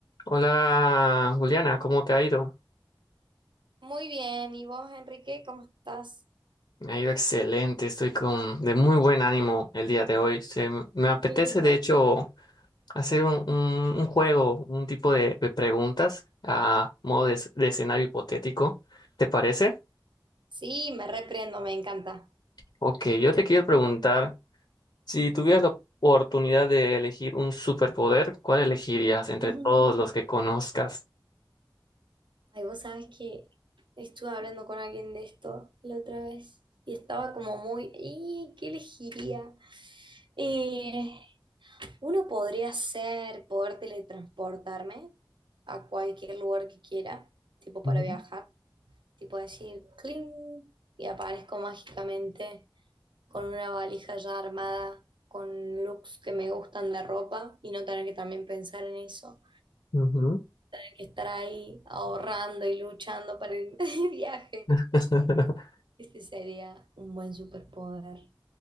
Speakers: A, on the left; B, on the right.
A: Hola Juliana, ¿cómo te ha ido?
B: Muy bien, ¿y vos, Enrique, cómo estás?
A: Me ha ido excelente, estoy con de muy buen ánimo el día de hoy. Se m- me apetece
B: Qué lindo.
A: de hecho hacer un, un- un juego, un tipo de, de preguntas a modo de, es- de escenario hipotético. ¿Te parece?
B: Sí, me reprendo, me encanta.
A: Ok, yo te quiero preguntar, si tuvieras la oportunidad de elegir un superpoder, ¿cuál elegirías entre
B: <laughs> Ujú.
A: todos los que conozcas?
B: Ay, vos sabés que estuve hablando con alguien de esto la otra vez y estaba como muy, ¿y qué elegiría? Eh, uno podría ser poder teletransportarme a cualquier lugar que quiera, tipo para
A: Ujú,
B: viajar. tipo decir cling y aparezco mágicamente con una valija ya armada, con looks que me gustan de ropa y no tener que también pensar en eso,
A: ujú.
B: tener que estar ahí ahorrando y luchando para irme <laughs> de viaje.
A: <laughs>
B: Este sería un buen superpoder.